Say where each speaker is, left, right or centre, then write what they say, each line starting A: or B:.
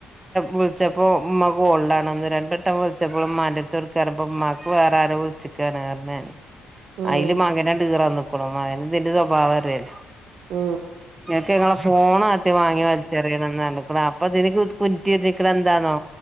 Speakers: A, on the right; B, on the right.
A: വിളിച്ചപ്പോ ഉമ്മ കോൾഡണന്ന് രണ്ടു വട്ടം വിളിച്ചപ്പോളും ഉമ്മാന്റെടുത്ത് കൊടുക്കാൻ പറയുമ്പ ഉമ്മാക്ക് വേറെ ആരോ വിളിച്ചേക്കാണ് പറഞ്ഞാന്
B: ഉം ഉം
A: അതില് മകനണ്ടീറാൻ നിക്കണു മകന് ഇതിന്റെ സ്വഭാവം അറിയാല്ല
B: ആ
A: ഇങ്ങളെ ഫോണ ആദ്യം വാങ്ങി വലിച്ചറിയണ എന്ന് പറഞ്ഞേക്കണു അപ്പൊനിക്ക് <unintelligible> എന്താന്നോ